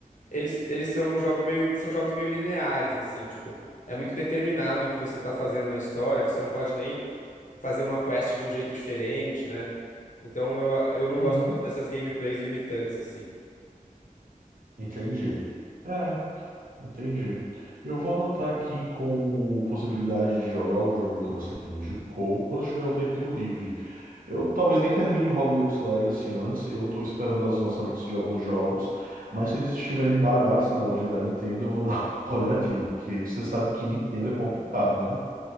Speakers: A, on the left; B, on the right.
A: eles, eles são um jogo meio, são jogos meio lineares assim, tipo, é muito determinado o que você tá fazendo na história, você não pode nem fazer uma quest de um jeito diferente, né? Então eu, eu não
B: uhum.
A: gosto muito dessas gameplays limitantes assim.
B: Entendi. É, entendi. Eu vou anotar aqui como possibilidade de jogar o jogo que você indicou quando eu tiver um tempinho livre. Eu talvez nem termine o Hogwarts Legacy antes, eu tô esperando os lançamentos de alguns jogos, mas se eles estiverem baratos na loja da Nintendo, eu vou <laughs> dar uma olhadinha, porque você sabe que Nintendo é complicado, né?